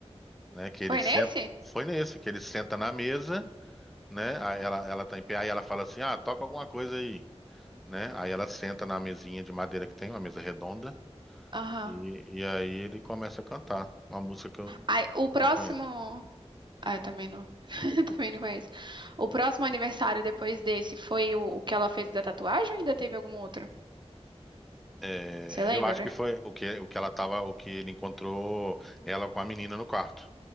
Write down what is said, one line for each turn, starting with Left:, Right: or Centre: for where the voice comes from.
Centre: né? Que
Right: Foi
Centre: ele senta,
Right: nesse?
Centre: foi nesse que ele senta na mesa, né? Aí ela ela tá em pé, aí ela fala assim: Ah, toca alguma coisa aí né? Aí ela senta na mesinha de madeira que tem, uma mesa redonda,
Right: Aham.
Centre: e, e aí ele começa a cantar uma música que eu
Right: Aí, o próximo.
Centre: não conheço.
Right: Ah, eu também não. <laughs> Também não conheço. O próximo aniversário depois desse foi o, o que ela fez da tatuagem ou ainda teve algum outro?
Centre: É,
Right: Você lembra?
Centre: eu acho que foi o que, o que ela tava, o que ele encontrou ela com a menina no quarto.